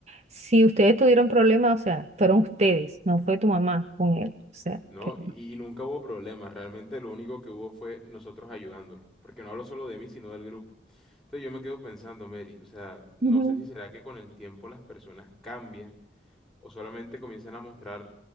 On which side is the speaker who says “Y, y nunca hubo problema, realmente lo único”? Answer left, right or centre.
Centre